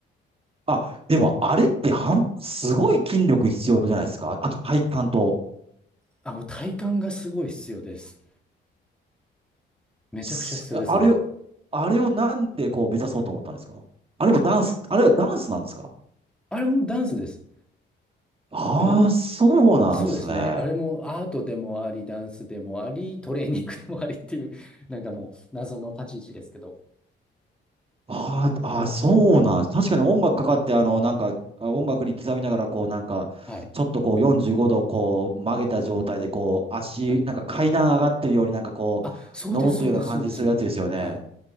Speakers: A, on the right (about 30°); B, in the centre.
A: あ、でもあれってはんすごい筋力必要じゃないですか。あと体幹と。
B: あ、もう体幹がすごい必要です。めちゃくちゃ必要ですね。
A: すあれを、あれをなんでこう目指そうと思ったんですかあれもダンス、あれはダンスなんですか
B: あれもダンスです。
A: ああー、
B: まあ、
A: そうなんですね。
B: そうですね。あれもアートでもあり、ダンスでもあり、トレーニングでもありっていう、<laughs> なんかもう謎の立ち位置ですけど。
A: あーあー、
B: なんか、
A: そうなんです確かに音楽かかって、あの、なんか、あ音楽に刻みながら、こう、なんか、
B: はい。
A: ちょっとこう、45度、こう、曲げた状態で、こう、足、
B: はい。
A: なんか階段上がってるように、なんかこう、
B: あ、そうです、
A: 登ってるような感じするやつですよね。
B: そうです、そうです。はい。